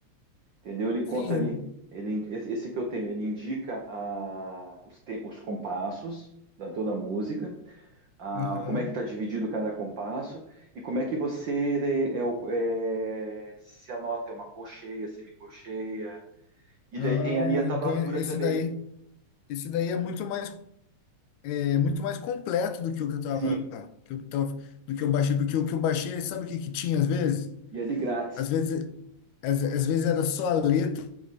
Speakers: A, on the right; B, on the left.
A: entendeu? Ele conta
B: Sim.
A: ali, ele, in- esse esse que eu tenho, ele indica a, os, te- os compassos da toda a música, a,
B: Aham.
A: como é que está dividido cada compasso e como é que você é, é, o- é, se anota é uma colcheia, semicolcheia, E
B: Ah,
A: daí tem ali a tablatura
B: então esse
A: também.
B: daí, esse daí é muito mais É muito mais completo do que o que eu
A: Sim,
B: tava, que eu tava, do que eu baixei, porque o que eu baixei, sabe o que que tinha às vezes?
A: e é de grátis.
B: Às vezes, às, às vezes era só a letra